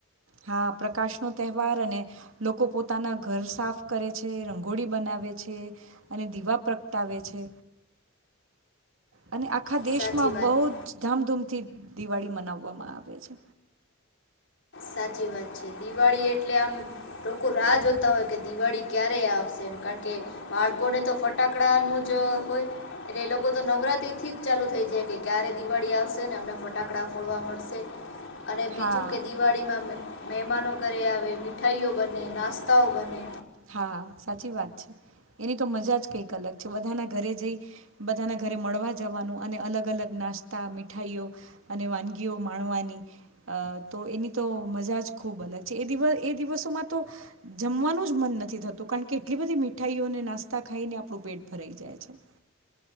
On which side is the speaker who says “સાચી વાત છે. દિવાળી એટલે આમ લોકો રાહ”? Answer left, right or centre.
Left